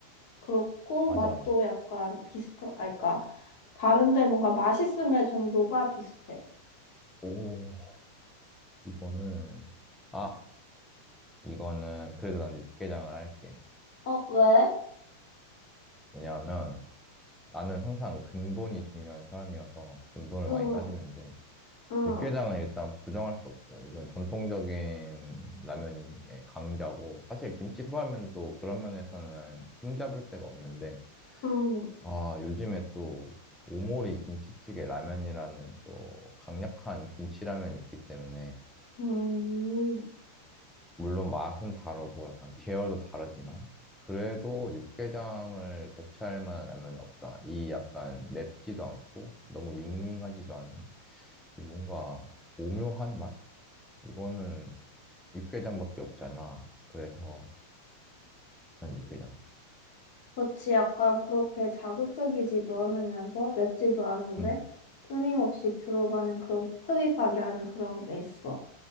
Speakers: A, on the left; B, in the centre.
A: 그렇고,
B: 맞아.
A: 맛도 약간 비슷하, 아, 그니까, 다른데 뭔가 맛있음의 정도가 비슷해.
B: 오, 이거는 아, 이거는 그래도 난 육개장을 할게.
A: 어, 왜?
B: 왜냐하면 나는 항상 근본이 중요한 사람이어서 근본을
A: 응,
B: 많이 따지는데
A: 응,
B: 육개장은 일단 부정할 수 없어. 이건 전통적인 라면의 강자고, 사실 김치 사발면도 그런 면에서는 흠잡을 데가 없는데,
A: 응,
B: 아, 요즘에 또 오모리 김치찌개 라면이라는 또 강력한 김치라면이 있기 때문에,
A: 응.
B: 물론 맛은 다르고 약간 계열도 다르지만, 그래도 육개장을 대체할 만한 라면은 없다. 이 약간 맵지도 않고, 너무 밍밍하지도 않은, 이 뭔가 오묘한 맛? 이거는 육개장밖에 없잖아. 그래서 난 육개장.
A: 그렇지, 약간 그렇게 자극적이지도 않으면서 맵지도 않은데
B: 응,
A: 끊임없이 들어가는 그런 흡입하게 하는 그런 게 있어.